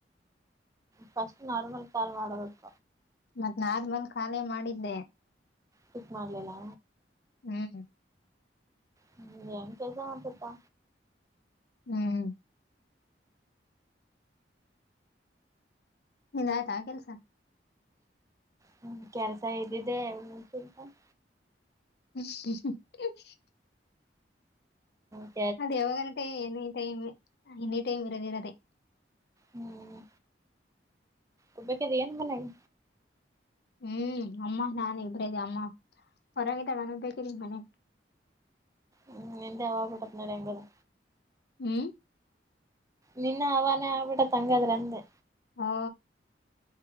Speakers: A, on the right; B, on the left.
A: ಫಸ್ಟ್ ನಾರ್ಮಲ್ ಕಾಲ್ ಮಾಡಬೇಕ.
B: ಮತ್ತ್ ನಾರ್ಮಲ್ ಕಾಲೇ ಮಾಡಿದ್ದೆ.
A: ಪಿಕ್ ಮಾಡ್ಲಿಲ್ಲ.
B: ಹ್ಮ್
A: ಹ್ಮ್ ಏನ್ ಕೆಲ್ಸ ಮಾಡ್ತಪ್ಪಾ?
B: ಹ್ಮ್ ನಿಂದ ಆಯ್ತಾ ಕೆಲ್ಸ?
A: ಹ್ಮ ಕೆಲ್ಸ ಇದ್ದಿದೆ <unintelligible>
B: ಹ್ಮ್ <unintelligible>
A: ಹ್ಮ
B: ಅದ ಯಾವಾಗನಟೆ ಎನಿ ಟೈಮ್ ಎನಿ ಟೈಮ್ ಇರೋದಿರದೆ
A: ಹ್ಮ್ ಒಬ್ಬಕಿ ಅದಿ ಏನ್ ಮನ್ಯಾಗ?
B: ಹ್ಮ್ ಅಮ್ಮ ನಾನ ಇಬ್ರ ಇದೇವ ಅಮ್ಮ ಹೊರಗಿದಾಳ ನಾನ ಒಬ್ಬಕಿದಿನಿ ಮನ್ಯಾಗ.
A: ಹ್ಮ್ ನಿಂದೆ <unintelligible> ನೋಡ್ ಹೆಂಗ್ ಅದಾ?
B: ಹ್ಮ್
A: ನಿನ್ನ ಹವಾನೆ ಆಗ್ಬಿಟ್ಟ ಹಂಗಾದ್ರೆ ಅಂದೆ.
B: ಹೌ